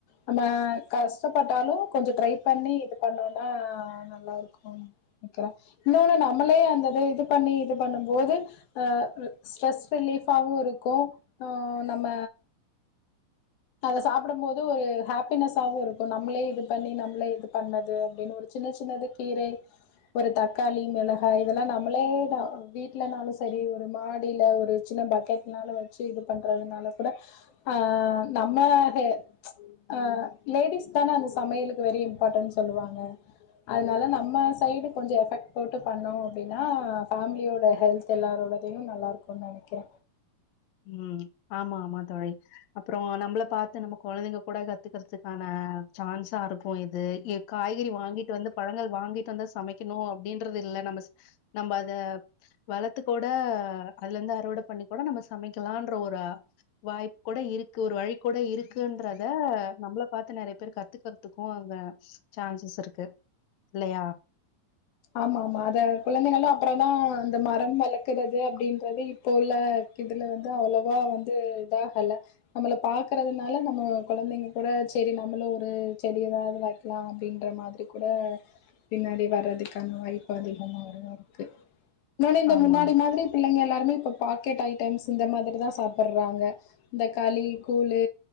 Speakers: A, on the left (about 80°); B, on the left (about 65°).
A: நம்ம கஷ்டப்பட்டாலு கொஞ்ச ட்ரை பண்ணி இது பண்ணோனா நல்லாருக்கு கு அப்றோ இன்னொன்னு நம்மளே அந்தத இது பண்ணி இது பண்ணும் போது அ ஸ்ட்ரெஸ் ரிலீஃபாவு இருக்கு நம்ம அத சாப்டும் போது ஒரு ஹாப்பினஸ்ஸாவு இருக்கு நம்மளே இது பண்ணி நம்மளே இது பண்ணது அப்டின்னு ஒரு சின்ன சின்னதுக் கீரைஸ் ஒரு தக்காளி மிளகாய் இதெல்லா நம்மளே தா வீட்லனாலு சரி ஒரு மாடியில ஒரு சின்ன பக் கெட்னாலு வச்சு இது பண்றதுனால கூட ஆ நம்ம ச் அ லேடிஸ் தானே அந்த சமையலுக்கு வெரி இம்பாட்டன்னு சொல்லுவாங்க அதுனால நம்ம சைடு கொஞ்ச எஃபெக்ட் போட்டு பண்ணோ அப்டின்னா ஃபேமிலியோட ஹெல்த் எல்லாரோடதையு நல்லாருக்குன் நெனைக்கிறே
B: ம் ஆமா ஆமா தோழி அப்பறோ நம்மள பாத்து நம்ம கொழந்தைங்க கூட கத்துக்குறதுக்கான சான்ஸா இருக்கு இது காய்கறி வாங்கிட்டு வந்து பழங்கள் வாங்கிட்டு வந்து சமைக்கணு அப்டின்றது இல்ல நம்ம ஸ் நம்ம அத வளத்து கூட அதுல இருந்து அறுவட பண்ணி கூட நம்ம சமைக்கலான்ற ஒரு வாய்ப்பு கூட இருக் கு ஒரு வழி கூட இருக்குன்றத நம்மள பாத்து நெறையப் பேர் கத்துக்குறதுக்கு அங்க சான்சஸ் இருக்கு இல்லயா
A: ஆமா ஆமா அத கொழந்தைங்களா அப்பற தா இந்த மரம் வளக்குறது அப்டின்றது இப்ப உள்ள இதுல வந்து அவ்ளோவா வந்து இதாகல நம்மள பாக்குறதுனால நம்மோ கொழந்தைங்க கூட செரி நம்மளு ஒரு செடி ஏதாவது வளக்லா அப்டின்ற மாதிரி கூட பின்னாடி வர்றது க்கான வாய்ப்பு அதிகமா வருதா இருக்கு இன்னொன்னு இந்த
B: ஆமா.
A: முன்னாடி மாதிரி பிள்ளைங்க எல்லாருமே இப்ப பாக்கெட் ஐட்டம்ஸ் இந்த மாதிரி தா சாப்பறாங்க இந்த களி கூழு